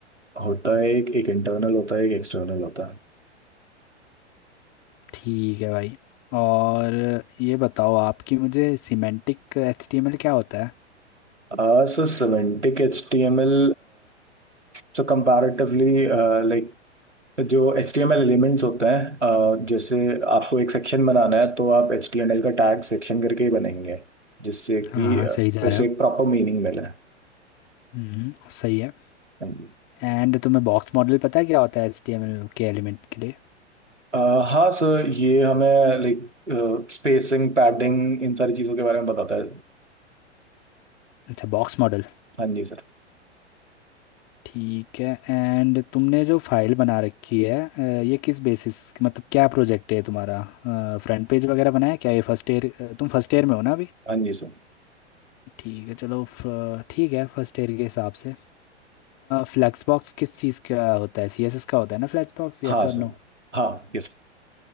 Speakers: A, on the right; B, on the left.
A: होता है एक एक इंटरनल होता है एक एक्सटर्नल होता है
B: ठीक है भाई और ये बताओ आपकी मुझे semantic H T M L क्या होता है
A: आ, Sir semantic H T M L So comparatively like जो H T M L elements होते हैं अ, जैसे आपको एक सेक्शन बनाना है तो आप एच टी एम एल का टैग सेक्शन करके ही बनाएंगे जिससे कि
B: हाँ हाँ,
A: अ,
B: सही जा
A: उसे
B: रहे हो
A: एक प्रॉपर मीनिंग मिले हाँ
B: हम्म सही है
A: जी।
B: एंड तुम्हें बॉक्स मॉडल पता है क्या होता है एचटीएमएल के एलिमेंट के लिए
A: अ, हाँ सर ये हमें लाइक स्पेसिंग पैडिंग इन सारी चीज़ों के बारे में बताता है
B: अच्छा बॉक्स मॉडल
A: हाँ जी सर
B: ठीक है एंड तुमने जो फाइल बना रखी है अ, ये किस बेसिस मतलब क्या प्रोजेक्ट है तुम्हारा फ्रंट पेज वगैरह बनाया क्या ये फर्स्ट ईयर तुम फर्स्ट ईयर में हो ना अभी
A: हाँ जी सर
B: ठीक है चलो फ- ठीक है फर्स्ट ईयर के हिसाब से फ्लैक्स बॉक्स किस चीज़ का होता है सीएसएस का होता है ना फ्लैक्स बॉक्स यस
A: हाँ
B: और नो
A: सर हाँ यस